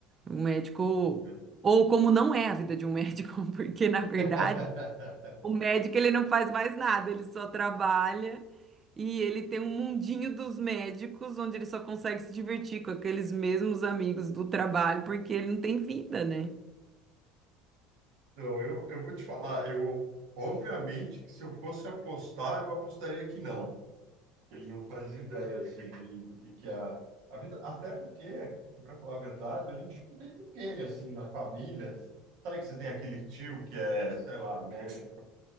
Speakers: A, on the right; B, on the right.
A: Um médico
B: é.
A: ou como não é a vida de um médico, <laughs> porque na verdade
B: <laughs>
A: o médico, ele não faz mais nada, ele só trabalha e ele tem um mundinho dos médicos onde ele só consegue se divertir com aqueles mesmos amigos do trabalho porque ele não tem vida, né?
B: Então, eu, eu vou te falar, eu, obviamente, que se eu fosse apostar, eu apostaria que não. Ele não faz ideia, assim, de- do que que é a, a vida, até porque, para falar a verdade, a gente não tem ninguém, assim, na família. Sabe que você tem aquele tio que é, sei lá, médico,